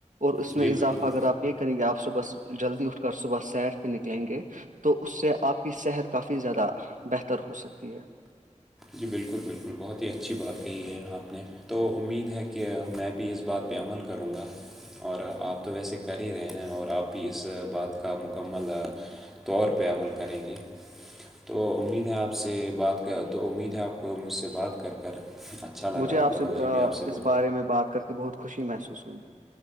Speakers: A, on the right (about 75°); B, in the centre.
A: اور اس
B: جی
A: میں اضافہ
B: بالکل
A: اگر آپ یہ کریں گے آپ صبح جلدی اٹھ کر صبح سیر پہ نکلیں گے تو اس سے آپ کی صحت کافی زیادہ بہتر ہو سکتی ہے
B: جی بالکل بالکل بہت ہی اچھی بات کہی ہے آپ نے تو امید ہے کہ میں بھی اس بات پہ عمل کروں گا اور آپ تو ویسے کر ہی رہے ہیں اور آپ بھی اس بات کا مکمل طور پہ عمل کریں گے تو امید ہے آپ سے بات کا تو امید ہے آپ کو مجھ سے بات کر کر اچھا لگا
A: مجھے
B: ہوگا
A: آپ سے
B: بھی آپ سے
A: اس
B: بات
A: بارے میں بات کر کے بہت خوشی محسوس ہوگی